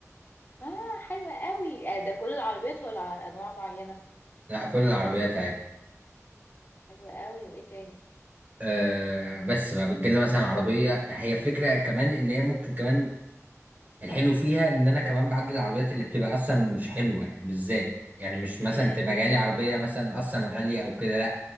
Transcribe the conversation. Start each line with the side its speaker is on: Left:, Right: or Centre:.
Left: اه حلوة قوي آه ده كل العربيات ولا ع- انواع معينة
Right: لا كل العربيات
Left: حلوة قوي وايه تاني
Right: آه بس بقى بتجيلنا مثلا عربية هي فكرة كمان ان هي ممكن كمان الحلو فيها ان انا كمان بعدل العربيات اللي بتبقى اصلا مش حلوة بالذات يعني مش مثلا
Left: امم
Right: تبقى جالي عربية مثلا اصلا غالية او كده لا